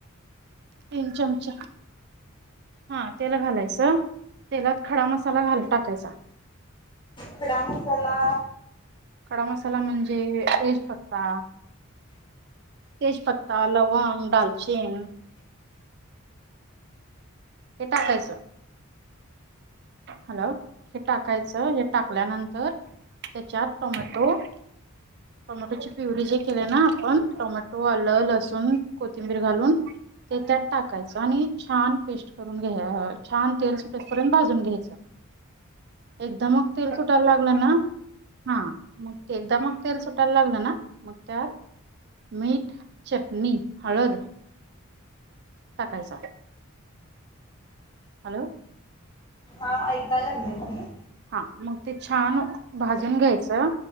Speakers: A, on the right; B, on the left.
A: तीन चमचा हा तेल घालायचं तेलात खडा मसाला घाल टाकायचा.
B: खडा मसाला,
A: कडा मसाला म्हणजे एज पत्ता तेजपत्ता, लवंग, दडालचन, कता कायच. हॅलो हे टाकायचं, हे टाकल्यानंतर त्याच्यात टोमॅटो टोमॅटोची प्युरी जे केले ना आपण टोमॅटो आलं लसूण कोथिंबीर घालून ते त्यात टाकायचं आणि छान पेस्ट करून घ्या छान तेल सुटेस करर्ंत भाजून घ घ एकद मग तेल सुटायला लागलं ना. हा मग ते एकदा मग तेल सुटायला लागलं ना मग त्यात मीठ, चटणी, हळद, टाकायचं आहे. हॅलो.
B: ह ऐकायला लागले त मही
A: हा मग ते छान भाजून घ्यायचं